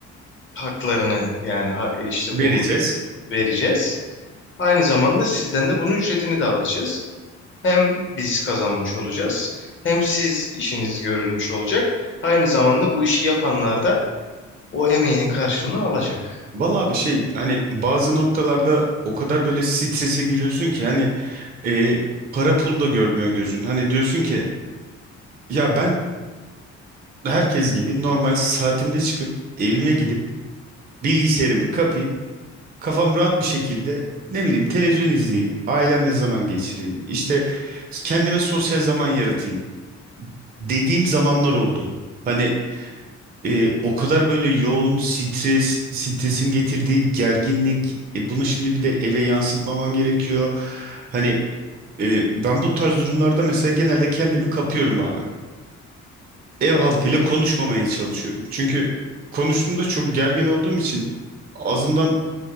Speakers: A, on the left (about 40°); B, on the right (about 30°).
A: haklarını yani ha- işte
B: Vereceğiz.
A: bu vereceğiz. Aynı zamanda sizden de bunun ücretini de alacağız. Hem biz kazanmış olacağız, hem siz işiniz görülmüş olacak. Aynı zamanda bu işi yapanlar da o emeğinin karşılığını alacak.
B: Vallahi bir şey hani bazı noktalarda o kadar böyle strese giriyorsun ki hani e, para pul da görmüyor gözün. Hani diyorsun ki ya ben herkes gibi normal saatimde çıkıp evime gidip bilgisayarımı kapayıp kafam rahat bir şekilde ne bileyim televizyon izleyeyim, ailemle zaman geçireyim, işte kendime sosyal zaman yaratayım dediğim zamanlar oldu. Hani E, o kadar böyle yoğun stres, stresin getirdiği gerginlik, e, bunu şimdi bir de eve yansıtmaman gerekiyor. Hani e, ben bu tarz durumlarda mesela genelde kendimi kapıyorum abi. Ev halkıyla konuşmamaya çalışıyorum. Çünkü konuştuğumda çok gergin olduğum için ağzımdan